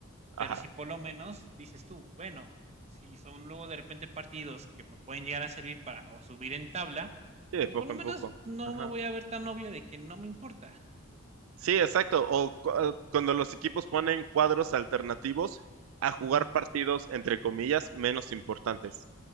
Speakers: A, on the right; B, on the right.
A: Pero
B: Ajá.
A: si por lo menos dices tú, bueno, si son luego de repente partidos que me pueden llegar a servir para o subir en tabla,
B: Sí, de
A: pues
B: poco
A: por lo menos
B: en poco.
A: no
B: Ajá.
A: me voy a ver tan obvio de que no me importa. <laughs>
B: Sí, exacto. O cu- eh, cuando los equipos ponen cuadros alternativos a jugar
A: Ujú,
B: partidos, entre comillas, menos importantes.